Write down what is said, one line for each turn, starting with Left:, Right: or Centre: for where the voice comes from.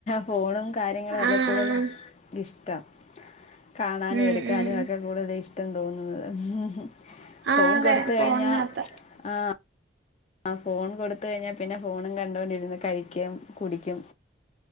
Left: ഫോണും കാര്യങ്ങളും ഒക്കെ
Right: ആഹ്
Left: കൂടുതലും ഇഷ്ടാ കാണാനും
Right: ഉം
Left: എടുക്കാനും
Right: ഉം
Left: ഒക്കെ കൂടുതല് ഇഷ് തോന്നുന്നത്
Right: ആഹ്
Left: ഫോൺ
Right: അതെ
Left: കൊടുത്ത്
Right: ഫോണിനകത്ത
Left: കഴിഞ്ഞാ ആ ആ ഫോൺ കൊടുത്ത് കഴിഞ്ഞാ പിന്നെ ഫോണും കണ്ടോണ്ടിരുന്ന് കഴിക്കും കുടിക്കും